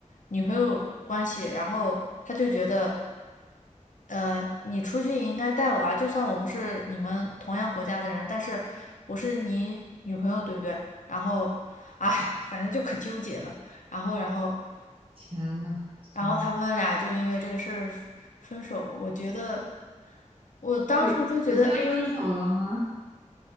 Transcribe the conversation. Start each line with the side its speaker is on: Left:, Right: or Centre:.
Left: 女朋友关系，然后他就觉得。呃，你出去也应该带我啊，就算我不是你们同样国家的人，但是我是你女朋友，对不对？然后，哎，反正就可纠结了。然后，然后，
Right: 天呐，真的
Left: 然后他们俩就因为这个事儿分手。我觉得，我当时就觉得
Right: 就直接分手了吗？
Left: A，